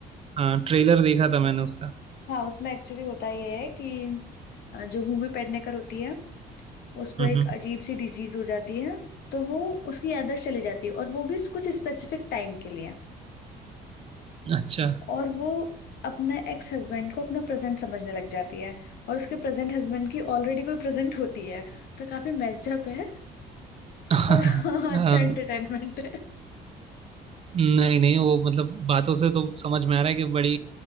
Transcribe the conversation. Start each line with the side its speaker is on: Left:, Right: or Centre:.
Right: हाँ ट्रेलर देखा था मैंने उसका
Left: हाँ उसमें एक्चुअली होता ये है कि अ, जो भूमि पेडनेकर होती है उसको
Right: हम्म
Left: एक
Right: हम्म,
Left: अजीब सी डिजीज हो जाती है तो वो उसकी याददाश्त चली जाती है और वो भी कुछ स्पेसिफिक टाइम के लिए
Right: अच्छा
Left: और वो अपने एक्स हस्बैंड को अपना प्रेजेंट समझने लग जाती है और उसके प्रेजेंट हस्बैंड की ऑलरेडी कोई प्रेजेंट होती है तो काफी मेस्ड अप है
Right: <laughs>
Left: पर हाँ हाँ,
Right: हाँ,
Left: अच्छा एंटरटेनमेंट
Right: नहीं नहीं वो मतलब बातों से तो समझ में आ रहा है कि बड़ी